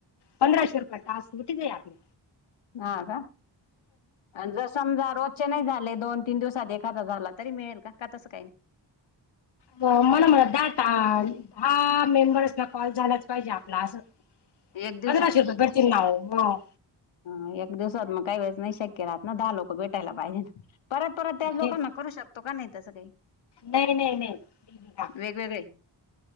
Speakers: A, on the left; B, on the left.
A: पंधराशे रुपये टास्क होती का नाय आधी
B: हा का आन जसा समजा रोजचे नाही झाले दोन तीन दिवसात एखादा झाला तरी मिळेल का का तसं काही नाही
A: मला म्हण काय ता दहा मेंबर्सला कॉल झालाच पाहिजे आपला असं
B: नाही एक दिवसात
A: पंधराशे रुपये पडतील नावावर ह
B: ह एक दिवसात मग काही वेळेस नाही शक्य राहत ना दहा लोक भेटायला पाहिजे ना परत परत त्याच लोकांना
A: तेच
B: करू शकतो. का नाही तसं काही
A: नाही नाही नाही निकिता
B: वेगवेगळे.